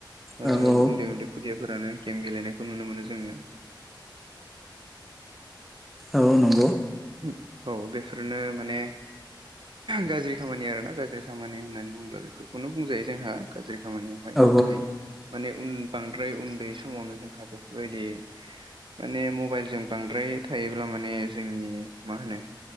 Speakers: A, on the right; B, in the centre.
A: ओ
B: औ औ
A: उन्दै उन्दै खुदियाफोरानो गेम गेलेनायखौ नुनो मोनो जोङो।
B: औ नंगौ।
A: ओ औ बेफोरनो माने गाज्रि खामानि आरोना गाज्रि खामानि होननानै बुङोब्ला बेफोरखौनो बुंजायो जोंहा गाज्रि खामानियावहाय
B: औ
A: बाहायो। माने उन बांद्राय उन्दै समावनो जोंहा बेफोरबायदि माने मबाइलजों बांद्राय थायोब्ला माने जोंनि मा होनो